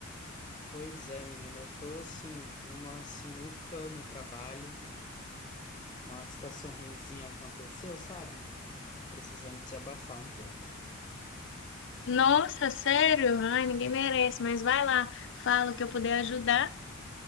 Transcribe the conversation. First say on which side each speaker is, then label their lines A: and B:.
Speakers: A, on the left (about 20°); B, on the left (about 60°).
A: Pois é, menina, eu tô assim, numa sinuca no trabalho, um- uma situação ruinzinha aconteceu, sabe? Precisando desabafar um pouco.
B: Nossa, sério? Ai, ninguém merece, mas vai lá, fala o que eu puder ajudar.